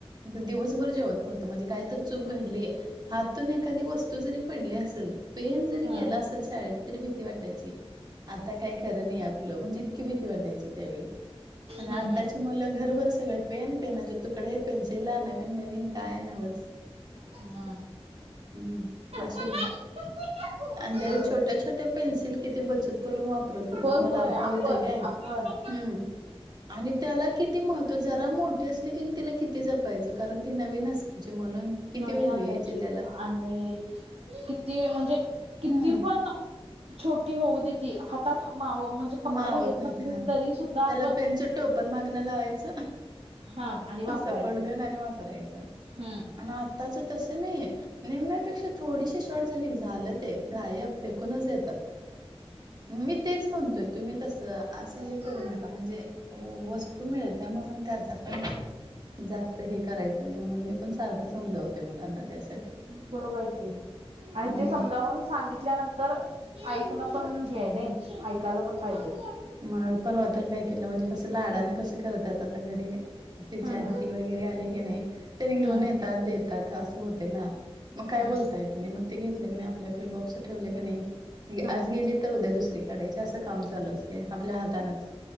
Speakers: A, on the right; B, on the right.
A: दिवसभर जेवत नव्हतो, म्हणजे काय तर चूक घडली. हातून एखादी वस्तू जरी पडली असेल, पेन जरी
B: हा
A: गेला असेल शाळेत, तरी भीती वाटायची. आता काय खरं नाही आपलं, म्हणजे इतकी भीती वाटायची त्यावेळी. आणि
B: हम्म
A: आत्ताची
B: हम्म.
A: मुलं घरभर सगळे पेन, पेनाचे तुकडे, पेन्सिला नवीन नवीन काय नवच.
B: हम
A: हम्म अशे
B: बरोबर
A: आणि त्या
B: आहे
A: छोट्या
B: की.
A: छोट्या पेन्सिल किती बचत करून वापरत होतो
B: होय
A: मला
B: होय
A: आठवतय
B: आपण
A: काय.
B: आपण
A: हम्म आणि त्याला किती महत्त्व, जरा मोठे असली की तिला किती जपायचो, कारण ती नवीन अस ची म्हणून, किती
B: नवीन
A: व्हॅल्यू
B: असायची
A: यायची त्याला.
B: आणि, किती म्हणजे, किती
A: हम्म.
B: पण छोटी होऊ देे ती हातात माव म्हणजे पकडायला
A: मावत
B: येत
A: नव्हते
B: नसले
A: हा.
B: तरी सुद्धा आपण
A: त्याला टोपण मागण लावायच.
B: हा आणि वापरायचं
A: सपोट देऊन आणि वापरायचं,
B: हम्म
A: आणि आ त्याचं तस नाहीे, निम्म्यापेक्षा थोडीशी शॉर्ट झाली झाल ते गायब फेकूनच देतात, मी तेच म्हणतोय तुम्ही कसं असं
B: हा
A: हे करू नका म्हणजे, वस्तू मिळत्या म्हणून त्याचा पण जास्त हे करायचं नाही म्हणून मी पण सारखं समजवते मुलांना त्या अस.
B: बरोबर आहे की, आणि
A: हम्म.
B: ते समजावून सांगितल्यानं तर, ऐकणं पण हे आहे नाही ऐकायला पण पाहिजेत.
A: मग परवा तर काय केलं म्हणजे कसं लाडान कसं करतात आता घरी. त्याची
B: हम्म
A: आत्ती वगैरे आली की नाय, त्यांनी
B: हम्म
A: घेऊन ये देतात अस होतय ना, मग काय
B: हम्म
A: बोलता येत नाही. ते घेतल कनाया आपल्या आपल्या बॉक्स ठेवल क नाही,
B: हम्म
A: आज गेली तर उद्या दुसरी काढायची. जास्त काम चालू असतय आपल्या हातानच,